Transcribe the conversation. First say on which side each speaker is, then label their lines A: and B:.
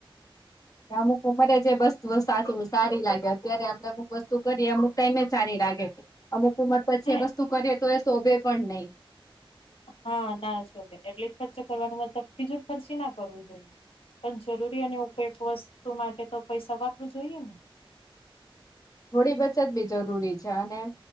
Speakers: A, on the left; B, on the left.
A: અમુક ઉમરે જે વસ્તુ સાચું સારી લાગે અત્યારે આપણે અમુક વસ્તુ કરીએ અમુક તોમે સારી લાગે અમુક ઉમર પછી
B: હે
A: એ વસ્તુ કરીએ તો એ શોભે પણ નહી.
B: હા ના શોભે એટલે ખર્ચ કરવાનો મતલબ ફીજો ખરચો ના કરવું જોઈએ. પણ જરૂરી અને ઉપયોગી વસ્તુ માટે તો પૈસા વાપરવું જોઈએ ને
A: થોડી બચત બી જરૂરી છે અને